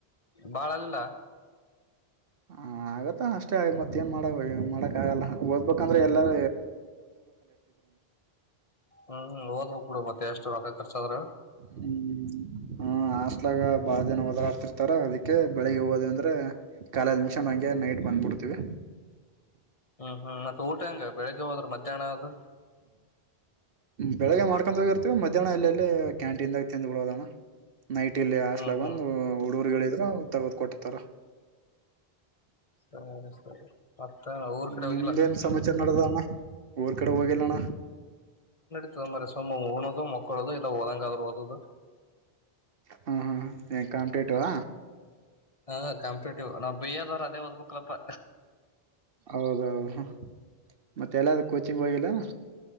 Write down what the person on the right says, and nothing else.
ಹ ಆಗತ್ತ ಅಷ್ಟೇ ಮತ್ತ ಏನ್ ಮಾಡ ಮಾಡಕ್ ಆಗಲ್ಲ ಓದ್ಬೇಕಂದ್ರೆ ಎಲ್ಲಾರ
ಹ್ಮ್ <unintelligible> ಹ್ಮ ಹಾಸ್ಟೆಲ್ ಬಾಳ ಜನ ಹೋದರೆಡ್ತಿರ್ತಾರ ಅದಿಕ್ಕೆ ಬೆಳ್ಲಗ್ಗೆ ಹೋದ ಅಂದ್ರೆ ಕಾಲೇಜು ಆದ್ ಮುಗಿಸಕೊಂಡ್ ಹಂಗೆ ನೈಟ್ ಬಂದ್ಬಿಡ್ತೀವಿ
ಬೆಳಿಗ್ಗೆ ಮಾಡ್ಕೊಂಡ ಹೋಗಿರ್ತೀವಿ ಮಧ್ಯಾಹ್ನ ಅಲ್ಲಲ್ಲೇ ಕ್ಯಾಂಟೀನ್ದಾಗ ಬಿಡದಣ್ಣ ನೈಟ್ ಇಲ್ಲಿ ಹಾಸ್ಲಾಗ
ಬಂದ್ ಹುಡ್ ಗುರ್ಗೆ <unintelligible> ತಂದ್ ಕೊಡ್ತಾರ
ನಿಮ್ದೇಏನ್
ಸಮಾಚಾರ ನಡದಣ್ಣ ಊರ್ ಕಡೆ ಹೋಗಿಲ್ಲಣ್ಣ
ಹಾ ಹಾ ಎ ಕಂಪಿತಿಟಿವ
ಹೌದೌದು ಮತ್ತೆ ಎಲ್ಲಾದೂ ಕೋಚಿಂಗ್ ಹೋಗಿಲ್ಲೇನು